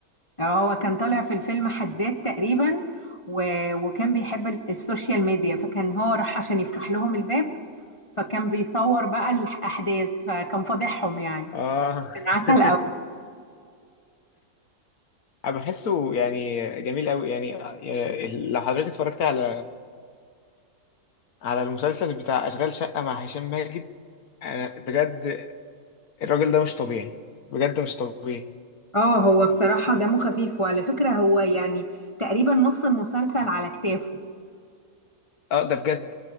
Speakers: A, on the left; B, on the left.
A: اه هو كان طالع في الفيلم حداد تقريبا و... وكان بيحب ال- السوشيال ميديا فكان هو راح عشان يفتح لهم الباب فكان بيصور بقى الأحداث فكان فاضحهم يعني
B: اه
A: كان عسل
B: <laughs>
A: قوي
B: انا بحسه يعني جميل قوي يعني آه، يعني لو حضرتك اتفرجت على على المسلسل بتاع أشغال شقة مع هشام ماجد أنا بجد الراجل ده مش طبيعي بجد مش طبيعي
A: اه هو بصراحة دمه خفيف وعلى فكرة هو يعني تقريبا نص المسلسل على كتافه
B: أه ده بجد